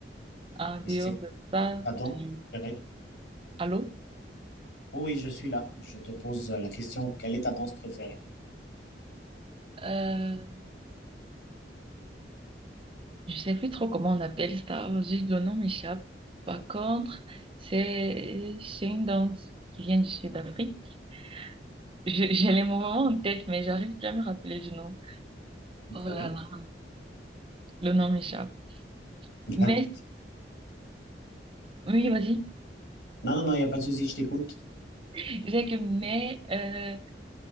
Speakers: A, on the right; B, on the left.
A: en dehors
B: Et c'est quoi
A: de ça,
B: ta danse
A: je-
B: préférée?
A: allô?
B: Oh oui, je suis là. Je te pose euh, la question, quelle est ta danse préférée?
A: Euh, je sais plus trop comment on appelle ça. Juste le nom m'échappe. Par contre, c'est, c'est une danse qui vient du Sud-Afrique. Je- J'ai les moments en tête, mais j'arrive plus à me rappeler du nom.
B: Ok.
A: Oh
B: <laughs>
A: là là, le nom m'échappe.
B: Bien.
A: Mais, oui, vas-y.
B: Non, non, non, il n'y a pas de souci, je t'écoute.
A: Je sais que, mais, euh,